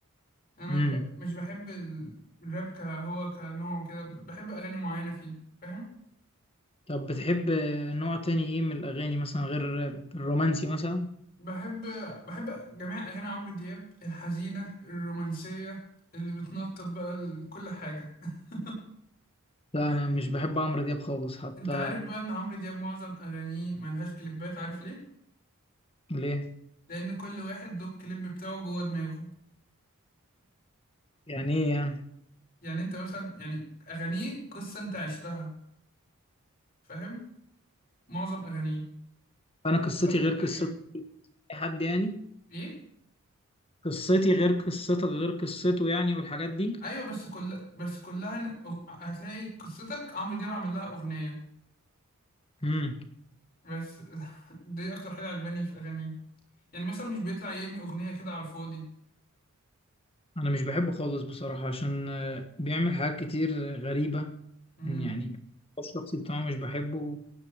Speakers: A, on the left; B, on the left.
A: انا
B: امم
A: ب... مش بحب ال- الراب كهو كنوع وكده بحب اغاني معينه فيه فاهم
B: طب بتحب نوع تاني ايه من الاغاني مثلا غير الرومانسي مثلا
A: بحب بحب جميع اغاني عمرو دياب الحزينه الرومانسيه اللي بتنطط بقى ال- كل حاجه <laughs>
B: لا انا مش بحب عمرو دياب خالص حتى
A: انت عارف بقى ان عمرو دياب معظم اغانيه ملهاش كليبات عارف ليه
B: ليه
A: لان كل واحد له الكليب بتاعه جوه دماغه
B: يعني ايه يعني
A: يعني انت مثلا يعني اغانيه قصه انت عشتها فاهم معظم اغانيه
B: انا قصتي
A: دي اكتر حاجه
B: غير
A: بتعجبني
B: قصتي اي حد يعني
A: ايه
B: قصتي غير قصتك غير قصته يعني والحاجات دي
A: ايوه بس كل بس كلها ن- هتلاقي قصتك عمرو دياب عامل لها اغنيه
B: امم
A: بس <laughs> دي اكتر حاجه عجباني في اغانيه يعني مثلا مش بيطلع يرمي اغنيه كده على الفاضي
B: انا مش بحبه خالص بصراحة عشان آه، بيعمل حاجات كتير غريبة
A: امم
B: يعني الشخصي بتاعه مش بحبه